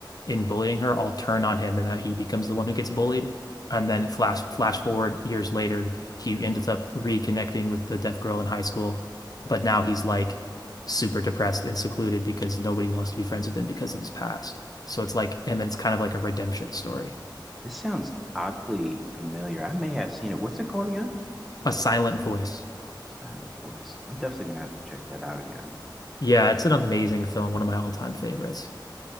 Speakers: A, on the left; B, in the centre.
A: in bullying her all turn on him and that he becomes the one who gets bullied and then flash flash forward years later he ends up reconnecting with the deaf girl in high school but now he's like super depressed and secluded because nobody wants to be friends with him because of his past so it's like and then it's kind of like a redemption story
B: this sounds oddly familiar. I may have seen it. What's it called again?
A: a silent voice
B: Silent voice. I'm definitely gonna have to check that out again.
A: yeah it's an amazing film one of my all-time favorites